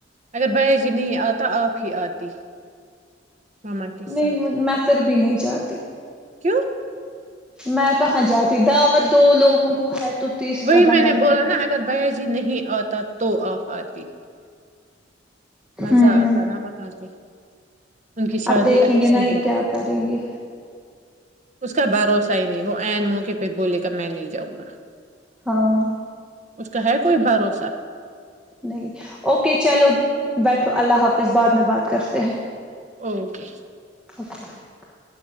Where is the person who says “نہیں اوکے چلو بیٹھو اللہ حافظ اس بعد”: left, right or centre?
Centre